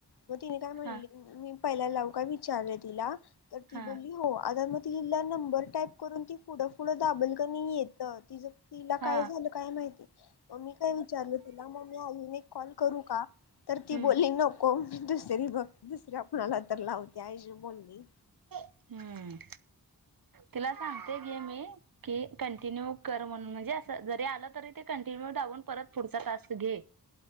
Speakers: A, on the left; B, on the right.
A: मग तिने काय म्हणली
B: हा
A: मी, पहिला लावू काय विचारलं तिला, तर ती
B: हा
A: बोलली हो आता मग तिला नंबर टाईप करून ती पुढं पुढं दाबल कनी येत तिच तिला
B: हा
A: काय झालं काय माहिती मग मी काय विचारलं तिला मग मी अजून एक, कॉल करू का तर ती
B: हम्म
A: बोली नको हो दुसरी बघ दुसरी आपणाला तर लावते आईशी बोलली
B: हम् तिला सांगते घे मी की कंटिन्यू कर म्हणून म्हणजे अस जरी आलं तरी ते कंटिन्यू दाबून परत पुढचा टास्क घे